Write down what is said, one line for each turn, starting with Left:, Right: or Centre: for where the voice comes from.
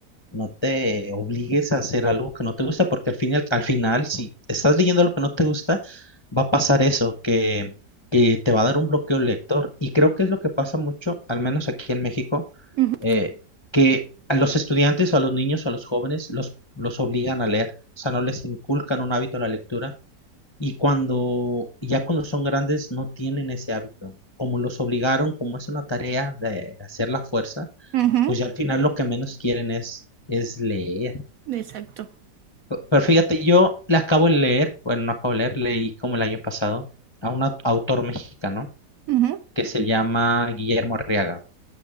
Left: no te obligues a hacer algo que no te gusta, porque al fin y al, al final, si estás leyendo algo que no te gusta, va a pasar eso, que, que te va a dar un bloqueo lector. Y creo que es lo que pasa mucho, al menos aquí en México,
Right: ujú,
Left: eh, que a los estudiantes o a los niños o a los jóvenes los, los obligan a leer, o sea, no les inculcan un hábito a la lectura. Y cuando, ya cuando son grandes, no tienen ese hábito. Como los obligaron, como es una tarea de hacer la fuerza
Right: ujú.
Left: pues ya al final lo que menos quieren es, es leer.
Right: Exacto.
Left: Pero fíjate, yo le acabo de leer, bueno, no acabo de leer, leí como el año pasado a un au- autor mexicano
Right: Ujú,
Left: que se llama Guillermo Arriaga.